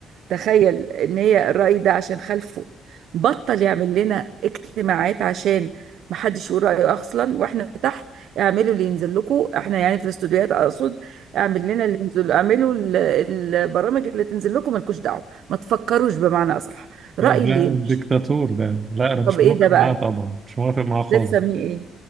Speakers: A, on the right; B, on the right.
A: تخيل ان هي الرأي ده عشان خلفه بطل يعمل لنا اجتماعات عشان محدش يقول رأيه اصلا واحنا تحت اعملوا اللي ينزل لكم احنا يعني في الاستوديوهات اقصد اعمل لنا اللي ينزل اعملوا ال- البرامج اللي تنزل لكم مالكوش دعوة ما تفكروش بمعنى اصح رأي
B: لا، ده
A: اللي يمشي
B: ديكتاتور ده لا انا مش
A: طب
B: موافق
A: ايه ده
B: معاه
A: بقى
B: طبعا مش موافق معاه خالص
A: ده تسميه ايه